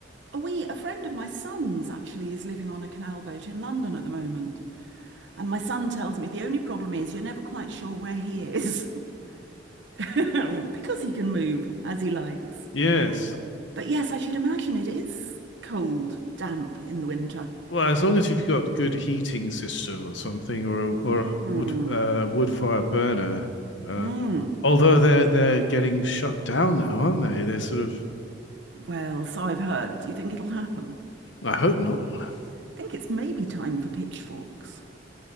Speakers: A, on the right; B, on the left.
A: we, a friend of my son's actually is living on a canal boat in London at the moment. And my son tells me the only problem is you're never quite sure where he is <laughs> because he can move as he likes.
B: <clears throat> yes.
A: But yes, I should imagine it is cold, damp in the winter.
B: Well, as long as you've got good heating system or something, or a, or
A: Mm,
B: a wood uh, wood fire burner. Um,
A: mm.
B: although they're they're getting shut down now, aren't they? They're sort of.
A: Well, so I've heard. Do you think it'll happen?
B: I hope not.
A: I think it's maybe time for pitchforks. <laughs>